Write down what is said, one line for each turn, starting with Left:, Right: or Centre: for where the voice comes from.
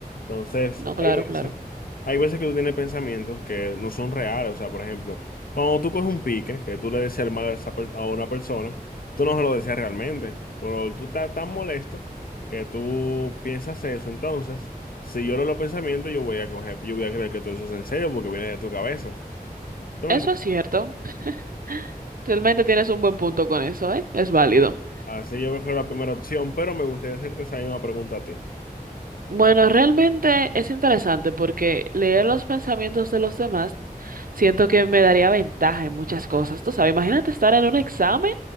Left: Entonces,
Right: No, claro,
Left: hay veces,
Right: claro.
Left: hay veces que tú tienes pensamientos que no son reales, o sea, por ejemplo, cuando tú coges un pique, que tú le deseas el mal a, esa per- a una persona, tú no se lo deseas realmente, pero tú estás tan molesto que tú piensas eso, entonces, si yo leo los pensamientos, yo voy a coger, yo voy a creer que todo eso es en serio porque viene de tu cabeza. ¿Tú me
Right: Eso
Left: entiendes?
Right: es cierto. <laughs> Realmente tienes un buen punto con eso, ¿eh? Es válido.
Left: Así yo prefiero la primera opción, pero me gustaría hacerte esa misma pregunta a ti.
Right: Bueno, realmente es interesante porque leer los pensamientos de los demás siento que me daría ventaja en muchas cosas. Tú sabes, imagínate estar en un examen